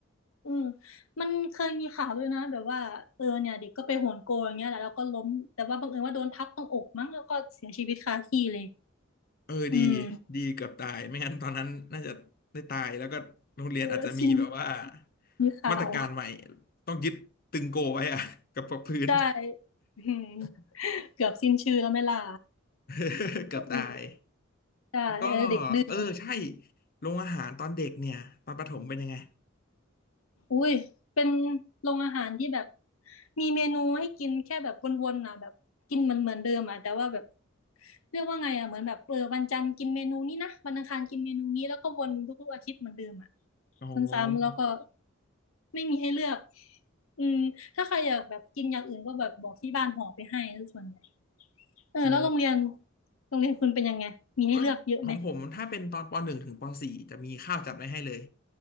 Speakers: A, on the left; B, on the left.
A: อืมมันเคยมีข่าวด้วยนะแบบว่าเออเนี่ยเด็กก็ไปโหนโกอย่างเงี้ยแหละแล้วก็ล้มแต่ว่าบังเอิญว่าโดนทับตรงอกมั้งแล้วก็เสียชีวิตคาที่เลย
B: เออดี
A: อืม
B: ดีเกือบตายไม่งั้นตอนนั้นน่าจะได้ตายแล้วก็โรงเรียนอาจจะมีแบบว่า
A: เออสิ้นมีข่าว
B: มาตรการใหม่ต้องยึดตึงโกไว้อะกับกับพื้น
A: ใช่ <laughs> อืมเกือบสิ้นชื่อแล้วไหม่ลา
B: <laughs> เกือบตาย
A: อืใช่เออเด็กดื้อ
B: ก็เออใช่โรงอาหารตอนเด็กเนี่ยตอนประถมเป็นยังไง
A: อุ้ยเป็นโรงอาหารที่แบบมีเมนูให้กินแค่แบบวนๆนะแบบกินมันเหมือนเดิมอ่ะแต่ว่าแบบเรียกว่าไงอ่ะเหมือนแบบเออวันจันทร์กินเมนูนี้นะวันอังคารกินเมนูนี้แล้วก็วนทุกๆอาทิตย์เหมือนเดิมอ่ะ
B: อ๋อ
A: ซ้ำๆแล้วก็ไม่มีให้เลือกอืมถ้าใครอยากแบบกินอย่างอื่นก็แบบบอกที่บ้านห่อไปให้ส่วนใหญ่ เออแล้วโรงเรียน
B: อ๋อ
A: โรงเรียนคุณเป็นยังไงมีให้เลือกเยอะไหม
B: ก็ของผมถ้าเป็นตอนปหนึ่งถึงปสี่จะมีข้าวจัดไว้ให้เลย